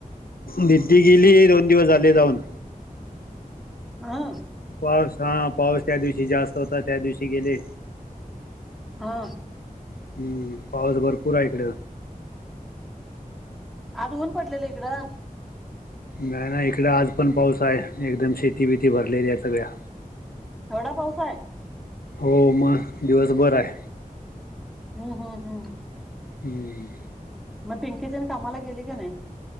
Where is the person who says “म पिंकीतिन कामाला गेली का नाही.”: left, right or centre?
Centre